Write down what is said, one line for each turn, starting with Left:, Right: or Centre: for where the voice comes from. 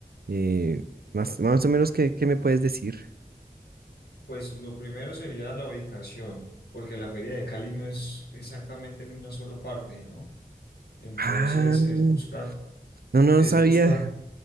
Right: eh, más, más o menos, ¿qué, qué me puedes decir?
Left: Pues lo primero sería la ubicación, porque la Feria de Cali no es exactamente en una sola parte, ¿no? Entonces
Right: Ah, no,
Left: es buscar,
Right: no, no
Left: es
Right: sabía.
Left: buscar,